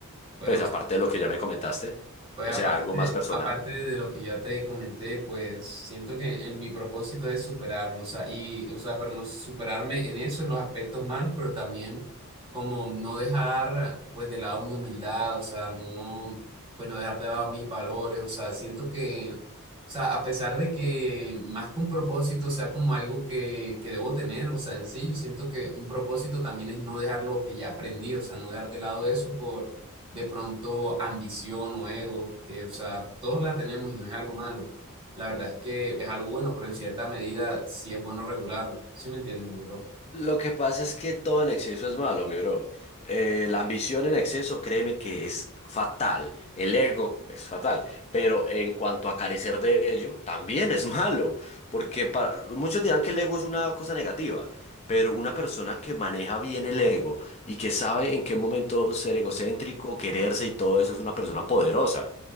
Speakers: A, on the right; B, on the left.
A: pues,
B: Pues
A: o
B: aparte de lo que ya me comentaste,
A: Pues
B: o
A: aparte,
B: sea, algo más personal.
A: aparte de lo que ya te comenté, pues siento que en mi propósito es superarme, o sea, y, o sea, pero no superarme en eso, en los aspectos malos, pero también como no dejar, pues, de lado mi humildad, o sea, no, pues, no dejar de lado mis valores, o sea, siento que, o sea, a pesar de que más que un propósito sea como algo que, que debo tener, o sea, en sí, yo siento que un propósito también es no dejar lo que ya aprendí, o sea, no dejar de lado eso por de pronto ambición o ego, que, o sea, todos la tenemos y no es algo malo. La verdad es que es algo bueno, pero en cierta medida sí es bueno regularlo. ¿Sí me entiendes, mi bro?
B: Lo que pasa es que todo en exceso es malo, mi bro. Eh, la ambición en exceso, créeme que es fatal. El ego es fatal. Pero en cuanto a carecer de ello, también es malo. Porque para, muchos dirán que el ego es una cosa negativa. Pero una persona que maneja bien el ego y que sabe en qué momento ser egocéntrico, quererse y todo eso es una persona poderosa.